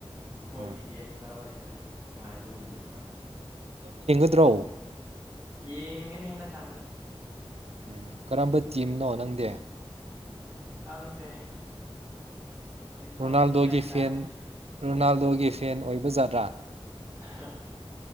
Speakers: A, on the right; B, on the right.
A: ꯐꯣꯟꯒꯤ
B: ꯍꯣꯏ
A: ꯒꯦꯝ ꯆꯂꯅꯕꯅ ꯍꯦꯟꯅ ꯅꯨꯡꯉꯥꯏꯕꯒꯨꯝꯗꯕ
B: ꯗ꯭ꯔꯣ
A: ꯌꯦ ꯏꯅꯤ ꯍꯅ ꯀꯥꯟꯗ
B: ꯎꯝ ꯀꯔꯝꯕ ꯇꯤꯝꯅꯣ ꯅꯪꯗꯤ
A: ꯈꯪꯗꯦ ꯍꯧꯖꯤꯛ ꯐꯥꯎꯗꯤ
B: ꯔꯣꯅꯥꯜꯗꯣꯒꯤ
A: ꯒ꯭ꯌꯥꯟ ꯇꯥꯗ꯭ꯔꯤ
B: ꯐꯦꯟ ꯔꯣꯅꯥꯜꯗꯣꯒꯤ ꯐꯦꯟ ꯑꯣꯏꯕ ꯖꯥꯠꯂꯥ
A: ꯍ꯫